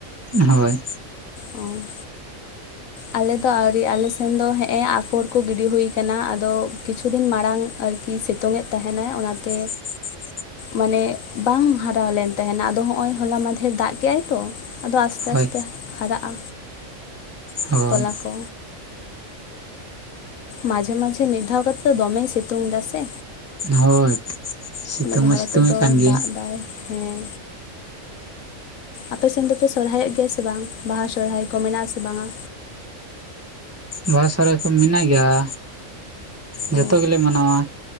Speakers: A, on the right; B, on the left.
A: ᱦᱳᱭ,
B: ᱚᱸ, ᱟᱞᱮ ᱫᱚ ᱟᱣᱨᱤ ᱟᱞᱮ ᱥᱮᱱ ᱫᱚ ᱦᱮᱸ ᱮ ᱟᱯᱷᱚᱨ ᱠᱚ ᱜᱤᱰᱤ ᱦᱩᱭ ᱠᱟᱱᱟ ᱟᱫᱚ ᱠᱤᱪᱷᱩ ᱫᱤᱱ ᱢᱟᱲᱟᱝ ᱟᱨᱠᱤ ᱥᱤᱛᱩᱝ ᱮ ᱛᱟᱦᱮᱱᱟᱭ ᱚᱱᱟᱛᱮ,
A: <inaudible>
B: ᱢᱟᱱᱮ ᱵᱟᱝ ᱦᱟᱨᱟ ᱞᱮᱱ ᱛᱟᱦᱮᱱᱟ ᱟᱫᱚ ᱦᱚᱜᱼᱚᱭ ᱦᱚᱞᱟ ᱢᱟᱫᱷᱮᱨ ᱫᱟᱜ ᱠᱮᱜᱼᱟᱭ ᱛᱚ ᱟᱫᱚ ᱟᱥᱛᱮ
A: ᱦᱳᱭ
B: ᱟᱥᱛᱮ ᱦᱟᱨᱟᱜᱼᱟ᱾
A: ᱦᱳᱭ
B: ᱛᱚᱞᱟ ᱠᱚ, ᱢᱟᱡᱷᱮ ᱢᱟᱡᱷᱮ ᱢᱤᱫ ᱫᱷᱟᱣ ᱠᱟᱛᱮᱫ ᱫᱚᱢᱮᱭ ᱥᱤᱛᱩᱝ ᱫᱟ ᱥᱮ,
A: ᱦᱳᱭ ᱥᱤᱛᱩᱝ
B: ᱢᱤᱜ ᱫᱷᱟᱣ
A: ᱢᱟ ᱥᱤᱛᱩᱝᱮᱫ
B: ᱠᱟᱛᱮ ᱫᱚ
A: ᱠᱟᱱ ᱜᱮ
B: ᱫᱟᱜ ᱫᱟᱭ ᱦᱮᱸ ᱟᱯᱮ ᱥᱮᱱ ᱫᱚᱯᱮ ᱥᱚᱨᱦᱟᱭᱚᱜ ᱜᱮᱭᱟ ᱥᱮ ᱵᱟᱝ ᱵᱟᱦᱟ ᱥᱚᱨᱦᱟᱭ ᱠᱚ ᱢᱮᱱᱟᱜᱼᱟᱥᱮ ᱵᱟᱝ-ᱟ?
A: ᱵᱟᱦᱟ ᱥᱚᱨᱦᱟᱭ ᱠᱚ ᱢᱮᱱᱟᱜ ᱜᱮᱭᱟ᱾ ᱡᱚᱛᱚᱜᱮᱞᱮ
B: ᱚ
A: ᱢᱟᱱᱟᱣᱟ